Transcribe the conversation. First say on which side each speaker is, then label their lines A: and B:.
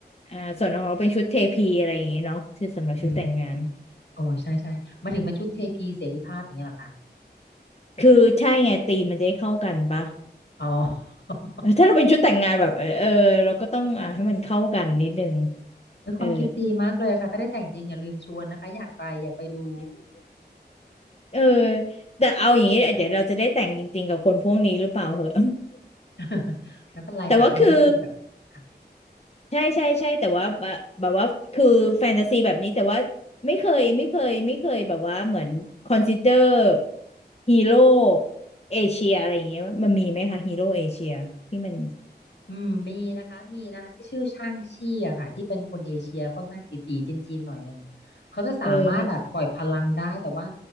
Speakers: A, on the left (about 35°); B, on the left (about 75°).
A: อ่าส่วนของเราเป็นชุดเทพีอะไรอย่างเงี้เนาะชื่อสำหรับชุดแต่งงาน
B: อืมโอ้ใช่ใช่มาถึงเป็นชุดเทพีเสรีภาพอย่างเงี้ยเหรอคะ
A: คือใช่ไงธีมมันจะได้เข้ากันปะ
B: อ๋อ <laughs>
A: เออถ้าเราเป็นชุดแต่งงานแบบเออเออเราก็ต้องอ่าให้มันเข้ากันนิดนึง
B: เฮ้ยความคิดดีมากเลยค่ะถ้าได้แต่งจริงอย่าลืมชวนนะคะอยากไปอยากไปดู
A: เออเออแต่เอาอย่างนี้เดี๋ยวเราจะได้แต่งจริงๆกับคนพวกนี้หรือเปล่าเหอะ
B: <laughs> ไม่เป็นไรค่ะอันนี้คือแบบค่ะ
A: <laughs> แต่ว่าคือใช่ใช่ใช่แต่ว่าแบบแบบว่าคือแฟนตาซีแบบนี้แต่ว่าไม่เคยไม่เคยไม่เคยแบบว่าเหมือนคอนซิเดอร์ฮีโร่เอเชียอะไรอย่างเงี้ยมันมีไหมคะฮีโร่เอเชียที่มัน
B: อืมมีนะคะมีนะคะที่ชื่อช่างชี่อะค่ะที่เป็นคนเอเชียค่อนข้างตี๋ๆจีนๆหน่อยนึงเขาจะสามารถแบบปล่อยพลังได้แต่ว่า
A: เออมัน